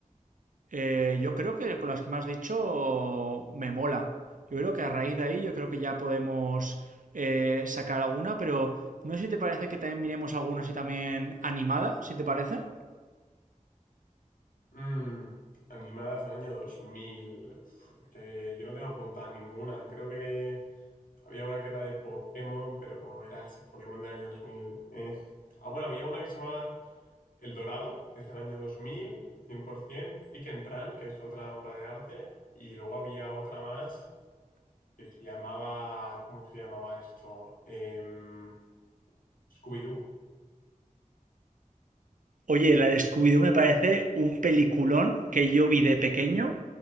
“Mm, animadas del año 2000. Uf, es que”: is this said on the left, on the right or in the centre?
Left